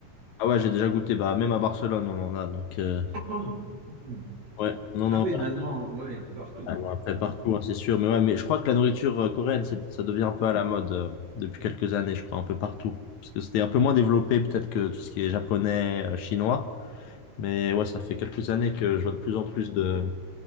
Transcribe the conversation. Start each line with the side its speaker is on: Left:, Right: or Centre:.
Left: Ah ouais, j'ai déjà goûté. Bah, même à Barcelone, on en a. Donc, euh,
Right: <coughs> Hmm.
Left: ouais, non, non.
Right: Ah oui, maintenant, oui, partout.
Left: Ah, bon,
Right: oui.
Left: après,
Right: Hein.
Left: partout, hein, c'est sûr. Mais ouais, mais je crois que la nourriture euh, coréenne, c'est- ça devient un peu à la mode euh, depuis quelques années, je crois, un peu partout. Parce que c'était un peu moins développé, peut-être, que tout ce qui est japonais, euh, chinois. Mais ouais, ça fait quelques années que je vois de plus en plus de,